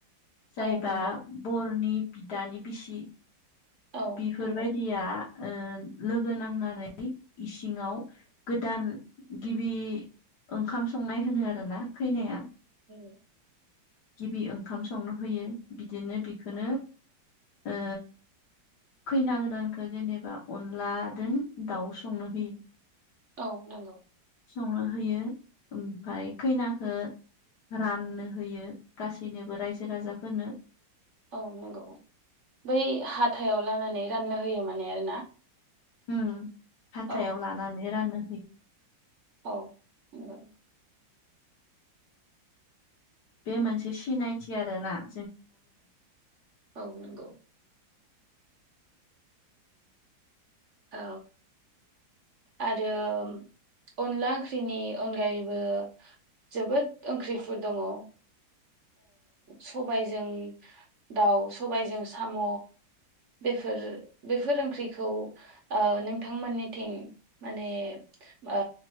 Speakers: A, on the left; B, on the right.
A: जायबा
B: औ नंगौ
A: बरनि बिदानि बिसि
B: औ
A: बेफोर
B: नंगौ
A: बायदिया ओ लोगो नांनानै इसिङाव गोदान गिबि ओंखाम संनाय होनो आरोना खैनाया
B: ओ
A: गिबि ओंखाम संनो होयो बिदिनो बिखौनो ओ खैना गोदानखौ जेनेबा अनलादों दाउ संनो होयो
B: औ नंगौ
A: संनो होयो ओमफ्राय खैनाखौ राननो होयो गासैनोबो रायजो राजाफोरनो
B: औ नंगौ बै हाथायाव लानानै राननो होयो माने आरोना
A: ओम हाथायाव
B: औ
A: लानानै रानो
B: औ नंगौ
A: बे मोनसे सिनायथि आरोना बे
B: औ-औ नंगौ औ आरो म अनला ओंख्रिनि अनगायैबो जोबोद ओंख्रिफोर दङ औ सबायजों दाउ सबायजों साम' बेफोर-बेफोर ओंख्रिखौ औ नोंथांमोननिथिं माने ओ